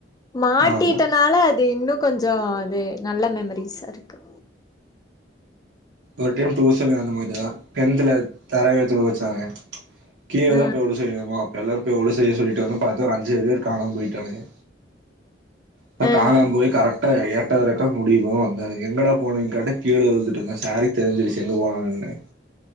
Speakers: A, on the left; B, on the right.
A: மாட்டிட்டனால
B: ஆமா
A: அது இன்னு கொஞ்சோ அது நல்ல மெமரிஸ்ஸாருக்கு
B: ஒரு டைம் டூசன்லயு அந்த மாரிதா டென்த்துல தராவீயா தொழுக வச்சாங்க கீழ
A: அ
B: தா போய் ஒளு செய்யணுமா ப்ப எல்லாரு போய் ஒளு செய்ய சொல்லிட்டாங்க பாத்தா ஒரு அஞ்சாறு பேரு காணாம போய்ட்டானுங்க ப்ப
A: அ
B: காணாம் போய் கரெக் ட்டா எட்டாவது ரக்காத் முடியபோ வந்தானுங்க எங்கடா போனீங்க கேட்டா கீழ விழுந்துட்டேங்க சாருக்கு தெரிஞ்சிடிச்சி எங்க போனங்கன்னு